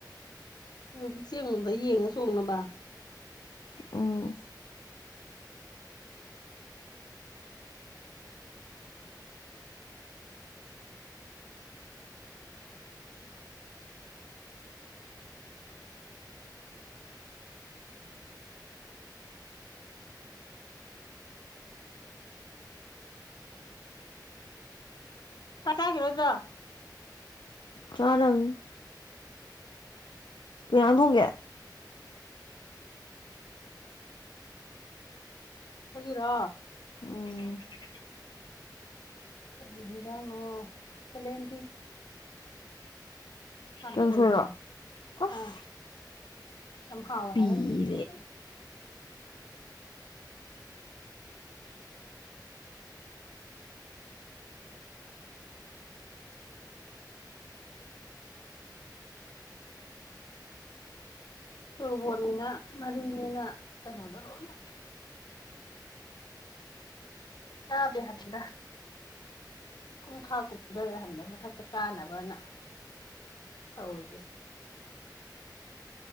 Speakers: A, on the left (about 65°); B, on the left (about 85°).
A: ꯅꯨꯄꯤꯛꯁꯦꯡꯉꯣꯝꯗ ꯌꯦꯡꯉ ꯆꯣꯡꯅꯕ
B: ꯑ
A: ꯆꯠꯒꯤꯔꯗ
B: ꯆꯔꯝ ꯉꯔꯥꯡ ꯊꯣꯡꯒꯦ
A: ꯍꯒꯤꯔꯥ
B: ꯑꯣꯝ
A: ꯉꯗꯥꯅ ꯐꯂꯗꯤ ꯀꯥꯡꯁꯣꯏꯗꯣ
B: ꯆꯪ ꯁꯣꯏꯔꯣ ꯑꯁ
A: ꯑꯥ ꯌꯥꯝ ꯍꯥꯎꯋꯏ
B: ꯄꯤꯔꯦ
A: ꯍꯥꯏꯔ ꯇꯣꯔꯕꯣꯟꯅꯤꯅ ꯃꯔꯤꯅꯤꯅ ꯀꯩꯅꯣꯗ ꯂꯣꯏꯃꯛ ꯃꯕꯤ ꯍꯥꯏꯔꯗ ꯀꯨꯡꯈꯥ ꯀꯨꯝꯊꯔꯦ ꯍꯟꯗꯣ ꯃꯊꯛꯇ ꯀꯥꯅꯕꯅ ꯍꯧ